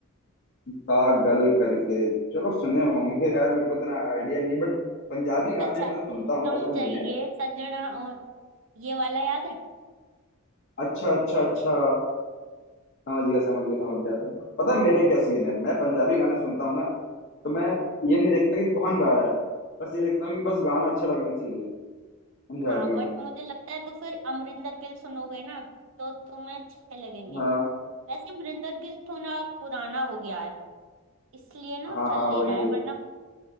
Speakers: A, on the left; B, on the right.
A: पागल करके चलो सुने होंगे यार मेरे को इतना आइडिया नहीं है बट पंजाबी गाने
B: अच्छा
A: मैं सुनता
B: समझिए
A: हूँ ऐसा नहीं है
B: सजना और ये वाला याद है
A: अच्छा अच्छा अच्छा समझ गया समझ गया समझ गया पता है मेरा क्या सीन है मैं पंजाबी गाने सुनता हूँ ना तो मैं ये नहीं देखता कि कौन गा रहा है बस ये देखता हूँ कि बस गाना अच्छा लगना चाहिए पंजाबियों
B: हाँ बट
A: में
B: मुझे लगता है तो फिर अमरिंदर गिल सुनोगे ना तो तुम्हें अच्छे लगेंगे
A: हाँ
B: वैसे अमरिंदर गिल थोड़ा पुराना हो गया है इसलिए ना
A: हाँ
B: चल
A: हाँ
B: नहीं
A: वही
B: रहा है वरना